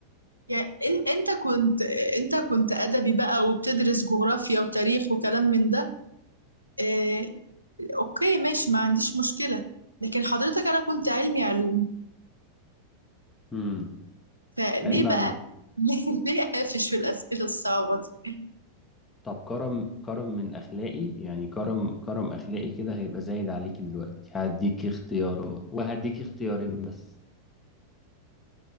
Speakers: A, on the right (about 85°); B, on the left (about 15°).
A: يعني ان- انت كنت انت كنت أدبي بقى وبتدرس جغرافيا وتاريخ وكلام من ده اه... اوكي ماشي ما عنديش مشكلة لكن حضرتك انا كنت علمي علوم
B: امم
A: فليه
B: علم معلوم
A: بقى <laughs> ليه ليه قافش في الأسئلة الصعبة دي
B: طب كرم كرم من أخلاقي يعني كرم كرم أخلاقي كده هيبقى زايد عليك دلوقتي هديك اختيارات وهديك اختيارين بس